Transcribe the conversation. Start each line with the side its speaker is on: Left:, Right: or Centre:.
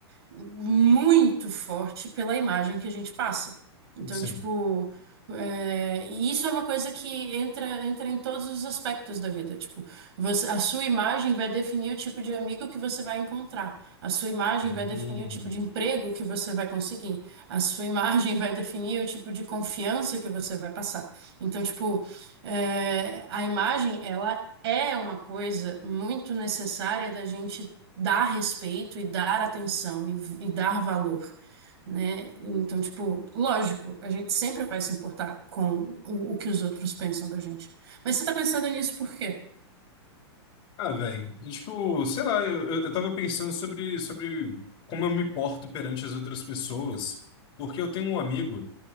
Right: muito forte pela imagem que a gente passa. Então,
Left: Sim.
Right: tipo, é, e isso é uma coisa que entra, entra em todos os aspectos da vida. Tipo, você- a sua imagem vai definir o tipo de amigo que você vai encontrar. A sua imagem
Left: Uhum.
Right: vai definir o tipo de emprego que você vai conseguir. A sua imagem vai definir o tipo de confiança que você vai passar. Então, tipo, é, a imagem, ela é uma coisa muito necessária da gente dar respeito e dar atenção e e dar valor né? Então, tipo, lógico, a gente sempre vai se importar com o, o que os outros pensam da gente. Mas você tá pensando nisso por quê?
Left: Ah, velho. Tipo, sei lá, eu, eu eu tava pensando sobre, sobre como eu me porto perante as outras pessoas, porque eu tenho um amigo.